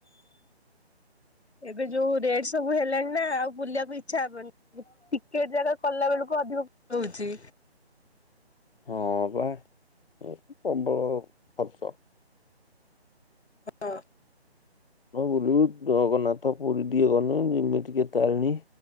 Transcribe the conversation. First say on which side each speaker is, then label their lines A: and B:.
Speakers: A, on the left (about 80°); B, on the left (about 60°).
A: ଏବେ ଯୋଉ ରେଟ୍ ସବୁ ହେଲାଣି ନା ଆଉ ବୁଲିବାକୁ ଇଚ୍ଛା ହବନି। ଟିକେଟ ଜାଗା କଲା ବେଳକୁ ଅଧିକ ହୋଉଛି।
B: ହଁ ପା <unintelligible> ଖର୍ଚ୍ଚ।
A: ହଁ।
B: କଣ ବୁଲିବୁ ଜଗନ୍ନାଥ ପୁରୀ ଟିକେ ଗନୁ, ଯିମି ଟିକେ ତାରିଣୀ।